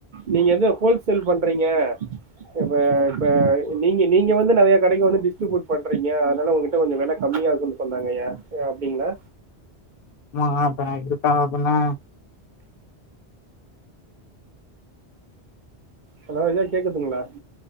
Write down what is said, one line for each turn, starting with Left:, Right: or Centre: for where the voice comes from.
Right: நீங்க எது ஹோல்சேல் பண்றீங்க ப்ப ப்ப நீங்க நீங்க வந்து நெறைய கடைக்கு வந்து டிஸ்ட்ரிபூட் பண்றீங்க அதுனால உங்கிட்ட கொஞ்சொ வெல கம்மியாருக்குன்னு சொன்னாங்க யா அப்டிங்ளா
Left: ம அப்ப ந இருக்காப்பன்னா
Right: ஹலோ இது கேக்குதுங்களா